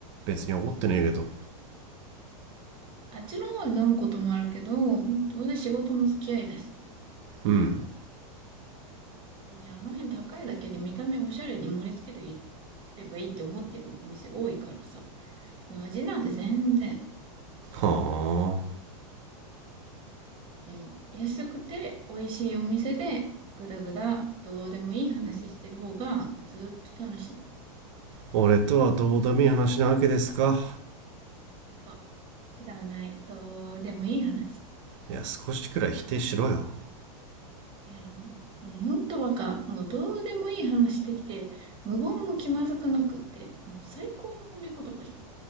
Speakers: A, on the right; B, on the right.
A: 別に怒ってねえけど。
B: あっちの方で飲むこともあるけど、どうせ仕事の付き合いだし、
A: うん。
B: それにあの辺高いだけで見た目おしゃれに盛り付けていればいいって思ってるお店多いからさ。まあ味なんて全然、
A: はあ。
B: いや安くて美味しいお店で、ぐだぐだどうでもいい話してる方がずっと楽しい。
A: 俺とはどうでもいい話なわけですか。
B: まあくだらない、どうでもいい話。
A: いや、少しくらい否定しろよ。
B: いや、もうんほんとバカ。もうどうでもいい話できて、無言も気まずくなくって、もう最高の褒め言葉じゃ